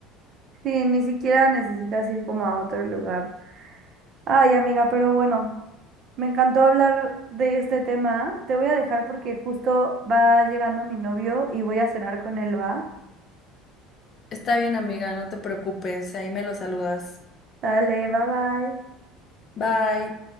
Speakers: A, on the right; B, on the left.
A: Sí, ni siquiera necesitas ir como a otro lugar. Ay, amiga, pero bueno, Me encantó hablar de este tema. Te voy a dejar porque justo va llegando mi novio y voy a cenar con él, ¿va?
B: Está bien, amiga, no te preocupes, ahí me lo saludas.
A: Dale, bye bye.
B: Bye.